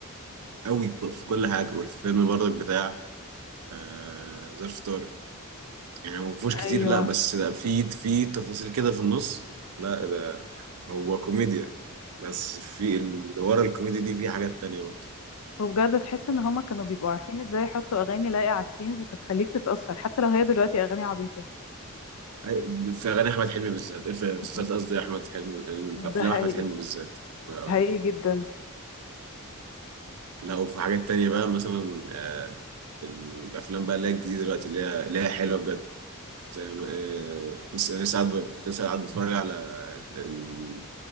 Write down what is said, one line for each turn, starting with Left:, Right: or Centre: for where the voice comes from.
Right: قوي في كل حاجة والفيلم برضك بتاع آه، ظرف طارق يعني هو مفهوش كتير
Left: ايوه
Right: لا بس لا في في تفاصيل كده في النص لا ده هو كوميديا بس في اللي ورا الكوميديا دي في حاجات تانية برضه
Left: وبجد تحس ان هما كانوا بيبقوا عارفين ازاي يحطوا اغاني لايقه على السينز فتخليك تتاثر حتى لو هي دلوقتي اغاني عبيطه
Right: أي- في أغاني أحمد حلمي بالذات في مسلسلات
Left: ب-
Right: قصدي أحمد حلمي الأفلام
Left: ده حقيقي
Right: أحمد حلمي بالذات آه.
Left: حقيقي جدا
Right: لا وفي حاجات تانية بقى مثلا آه، الأفلام بقى اللي هي الجديدة دلوقتي اللي هي اللي هي حلوة بجد آه، لسه لسه قاعد ب- كنت لسه قاعد بتفرج على ال-